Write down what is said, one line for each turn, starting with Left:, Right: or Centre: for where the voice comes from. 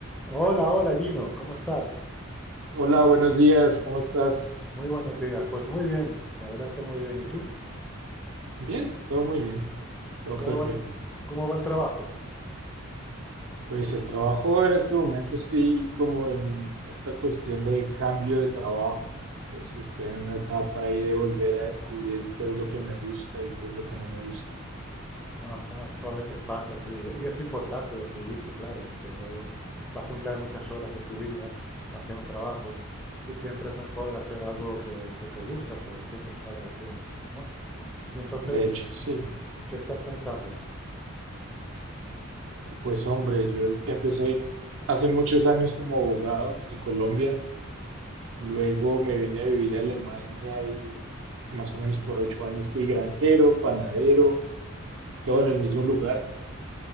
Centre: Hola, hola Gino, ¿cómo estás?
Right: Hola, buenos días, ¿cómo estás?
Centre: Muy buenos días. Pues muy bien, la verdad es que muy bien. ¿Y tú?
Right: Bien, todo muy bien, todo
Centre: ¿Cómo
Right: perfecto.
Centre: va el, cómo va el trabajo?
Right: Pues el trabajo en este momento estoy como en esta cuestión de cambio de trabajo, entonces estoy en una etapa ahí de volver a descubrir qué es lo que me gusta y qué es lo que no me gusta.
Centre: Ajá, eso a veces pasa, sí. Y es importante decidirse, claro, porque luego vas a emplear muchas horas de tu vida hacia un trabajo y siempre es mejor hacer algo que, que te gustas o sientes una atracción, ¿no? Y entonces,
Right: De hecho, sí,
Centre: ¿qué estás pensando?
Right: pues hombre, yo em- empecé hace muchos años como abogado en Colombia, luego me vine a vivir a Alemania y más o menos por ocho años fui granjero, panadero, todo en el mismo lugar.